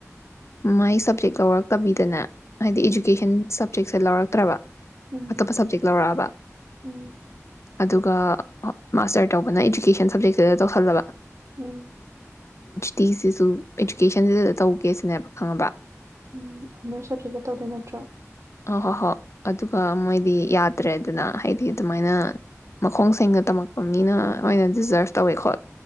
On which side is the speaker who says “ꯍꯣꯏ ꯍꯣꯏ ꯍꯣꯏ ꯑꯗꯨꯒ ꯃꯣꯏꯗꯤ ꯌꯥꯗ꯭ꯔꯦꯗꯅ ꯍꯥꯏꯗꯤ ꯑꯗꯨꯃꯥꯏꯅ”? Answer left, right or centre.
Left